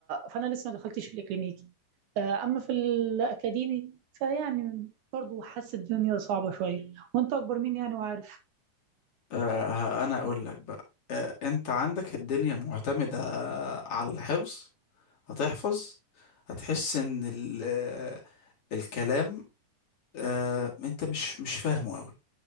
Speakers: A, on the right; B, on the left.
A: فانا لسه ما دخلتش في الاكلينيكي آه اما في الاكاديمي فيعني برضه حاسس الدنيا صعبه شويه وانت اكبر مني يعني وعارف
B: آه انا اقول لك بقى آه، انت عندك الدنيا معتمدة على الحفظ هتحفظ هتحس ان ال- آه، الكلام آه، انت مش مش فاهمه قوي